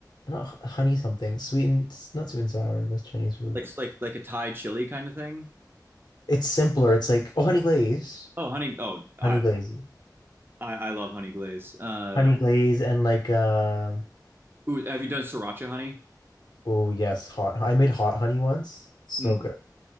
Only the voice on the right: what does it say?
like like like a Thai chili kind of thing?
Oh, honey. Oh, I
I, I love honey glaze. Uh,
ooh, have you done sriracha honey?
Mm,